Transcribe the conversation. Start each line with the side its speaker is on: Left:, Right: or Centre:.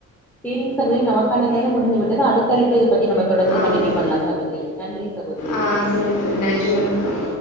Centre: சேரிங் சகோதரி நமக்கான நேரோ முடிந்து விட்டது அடுத்த அழைப்புல இத பத்தி நம்ம தொடர்ந்து
Left: ஆமாங்க
Centre: கண்டினியூ பண்ணலா சகோதரி நன்றி சகோதரி
Left: ஆ சேரி தோழி நன்றி வணக்கம்